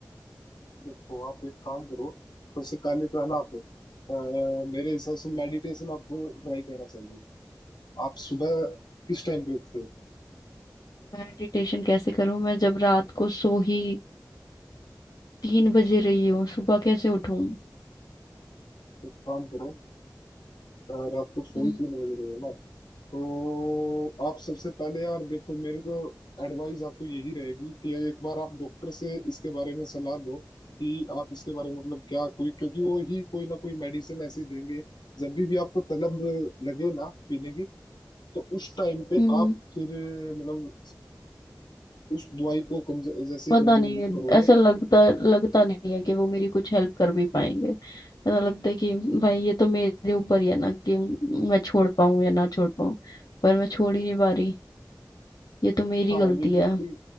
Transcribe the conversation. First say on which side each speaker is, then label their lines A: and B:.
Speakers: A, on the left; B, on the left.
A: देखो आप एक काम करो सबसे पहले तो है ना आप अ, मेरे हिसाब से मेडिटेशन आपको ट्राई करना चाहिए आप सुबह किस टाइम पे उठते हो
B: मेडिटेशन कैसे करूं मैं जब रात को सो ही तीन बजे रही हूँ सुबह कैसे उठूं
A: तो एक काम करो अ, रात को सो
B: हम्म
A: ही तीन बजे रहे हो ना तो आप सबसे पहले यार देखो मेरी तो एडवाइस आपको यही रहेगी कि एक बार आप डॉक्टर से इसके बारे में सलाह लो कि आप इसके बारे में मतलब क्या कोई क्योंकि वो ही कोई ना कोई मेडिसिन ऐसी देंगे जब भी भी आपको तलब लगे ना पीने की तो उस टाइम पे
B: हम्म।
A: आप फिर मतलब उस दवाई को कंज- जैसे
B: पता
A: कंज्यूम
B: नहीं है
A: करोगे
B: ऐसा लगता
A: हाँ।
B: लगता नहीं है कि वो मेरी कुछ हेल्प कर भी पाएंगे ऐसा लगता है कि भाई ये तो मेरे ऊपर ही है ना कि मैं छोड़ पाऊं या ना छोड़ पाऊं पर मैं छोड़ ही नहीं पा रही ये तो मेरी
A: हाँ
B: गलती
A: ये बिल्कुल
B: है